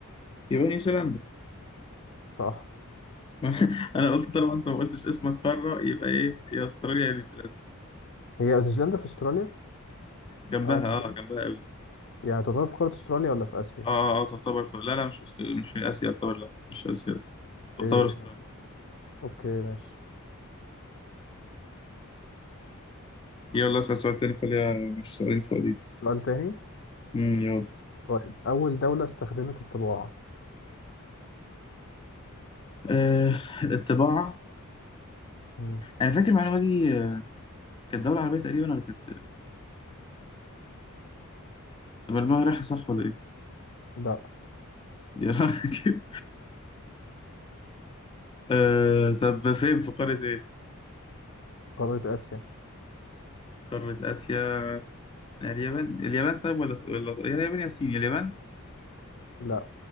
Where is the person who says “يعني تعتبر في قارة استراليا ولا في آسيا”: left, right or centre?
Left